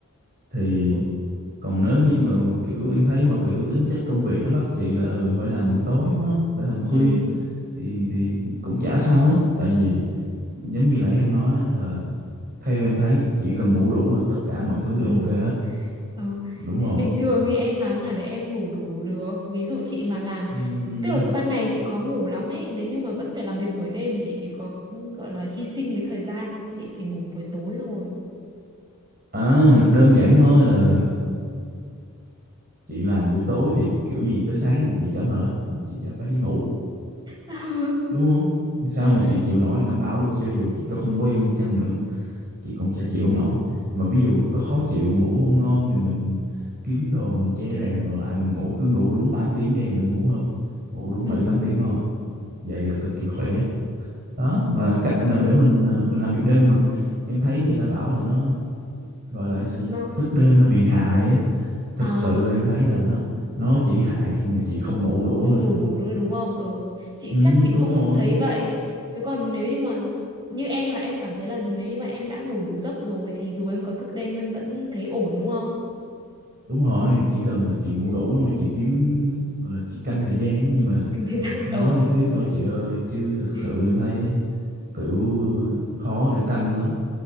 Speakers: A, on the right; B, on the right.
A: Thì
B: Trời ơi.
A: còn nếu như mà kiểu em thấy mà kiểu tính chất công việc nó bắt chị là ừ phải làm buổi tối đúng không? Phải làm khuya
B: Ừ.
A: thì thì cũng chả sao hết. Tại vì giống như nãy em nói á, là theo em thấy chỉ cần ngủ đủ là tất cả mọi thứ đều
B: <laughs>
A: ok hết
B: Ừ.
A: đúng
B: thế
A: rồi
B: Bình thường thì em làm nào để em ngủ đủ được Ví dụ chị mà làm
A: Ừm,
B: Tức là ban ngày chị khó ngủ lắm ấy Nếu như mà vẫn phải làm việc buổi đêm Chị chỉ có ừ, gọi là hy sinh cái thời gian Chị phải ngủ buổi tối thôi
A: à đơn giản thôi là chị làm buổi tối thì kiểu gì tới sáng mà chị chả mệt chị chả phải đi ngủ
B: <laughs>
A: đúng không sao
B: Ừ.
A: mà
B: hứ,
A: chị chịu nổi đảm bảo luôn cho dù chị có không quen đi chăng nữa chị cũng sẽ chịu không nổi mà ví dụ mà có khó chịu ngủ không ngon thì mình kiếm đồ mình che rèm đồ lại mình ngủ cứ ngủ đúng tám tiếng cho em đừng ngủ hơn ngủ đúng
B: Ừ.
A: 7 8 tiếng thôi vậy là cực kỳ khỏe đó là
B: Ừ.
A: cách nào để mình à, mình làm việc đêm mà em thấy người ta bảo là nó gọi là cái gì
B: Nó
A: thức đêm nó bị hại
B: tức-
A: á thực
B: à,
A: sự là em
B: thực
A: thấy
B: sự
A: là nó nó chỉ hại khi mà chị không ngủ đủ
B: không
A: thôi
B: ngủ đủ nữa đúng không? Ừ, chị
A: Ừ,
B: chắc chị
A: đúng
B: cũng
A: rồi,
B: thấy vậy. Chứ còn nếu như mà như em là em cảm thấy là nếu như mà em đã ngủ đủ giấc rồi thì dù em có thức đêm em vẫn thấy ổn đúng không?
A: đúng rồi, chỉ cần là chị ngủ
B: ừ.
A: đủ thôi, chị kiếm gọi là chị canh thời gian á, nhưng mà
B: kinh tế giãn
A: nói
B: ờ
A: lý thuyết thôi chị ơi, chứ thực
B: <laughs>
A: sự em thấy kiểu ờ, khó để canh lắm,